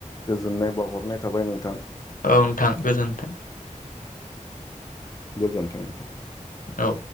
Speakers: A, on the left; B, on the left.
A: गोजोननाय बाउहरनाय थाबाय नोंथां।
B: औ नोंथां गोजोनथों।
A: गोजोन्थों नोंथां।
B: औ।